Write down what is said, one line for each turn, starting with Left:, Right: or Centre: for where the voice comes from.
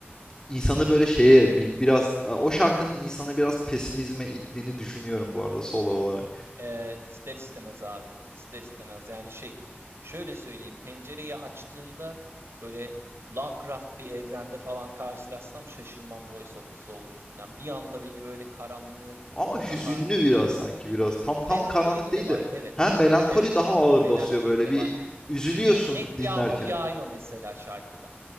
Left: İnsanı böyle şeye bir, biraz o şarkının insanı biraz pesimizme ittiğini düşünüyorum bu arada solo olarak.
Right: Ee, ister istemez abi. İster istemez. Yani şey. Şöyle söyleyeyim. Pencereyi açtığımda böyle Lovecraft bir evrende falan karşılaşsam şaşırmam Voice of the Soul yüzünden. Bir anda beni böyle karanlık,
Left: Ama hüzünlü
Right: daha
Left: biraz sanki biraz tam tam
Right: melankolik
Left: karanlık değil
Right: de var.
Left: de
Right: Evet.
Left: hem melankoli
Right: Evet.
Left: daha ağır
Right: Melankoli
Left: basıyor böyle
Right: de
Left: bir
Right: var.
Left: üzülüyorsun
Right: Yani net yağmur
Left: dinlerken
Right: yağıyor mesela şarkıda.